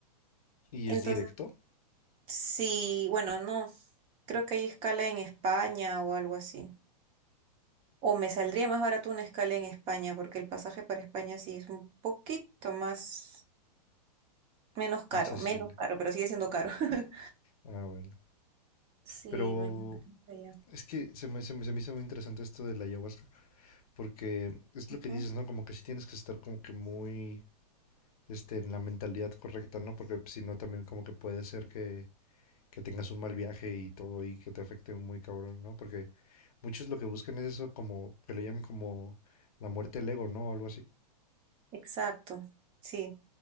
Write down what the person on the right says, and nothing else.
Entonces.
Sí, bueno, no, creo que hay escala en España o algo así. O me saldría más barato una escala en España, porque el pasaje para España sí es un poquito más, menos caro,
menos caro, pero sigue siendo caro. <laughs>
Sí,
me encantaría ir para allá.
Ujú,
Exacto, sí,